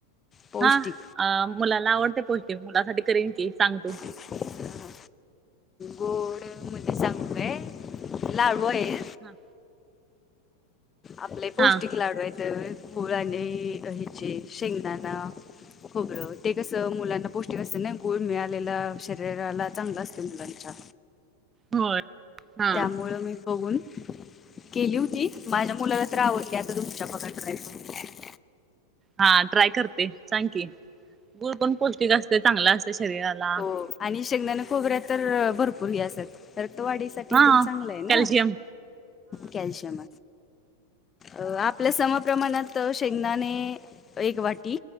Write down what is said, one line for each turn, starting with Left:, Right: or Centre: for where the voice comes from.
Left: पौष्टिक
Right: हा अ मुलाला आवडते पोयती मुलासाठी करीन की सांग तू
Left: हा हा गोड मध्ये सांगू काय लाडू आहे.
Right: हा
Left: आपले पौष्टिक
Right: हा
Left: लाडू आहेत गुळ आणि ह्याचे शेंगदाणा खोबरं ते कस मुलांना पौष्टिक असते ना गुळ मिळालेला शरीराला चांगला असतो मुलांच्या
Right: होय. हा
Left: त्यामुळ मी बघून केली होती माझ्या मुलाला तर आवडली आता तुमच्या बघा ट्राय करून
Right: हा ट्राय करते सांग की गुळ पण पौष्टिक असते चांगलं असते शरीराला
Left: हो आणि शेगदाना खोबऱ्यात तर भरपूर हे असतात. रक्तवाढीसाठी
Right: हा
Left: तेनं चांगलंय ना
Right: कॅल्शियम
Left: कॅल्शियम हाय. अ आपल्या समप्रमाणात त शेंगदाणे एक वाटी,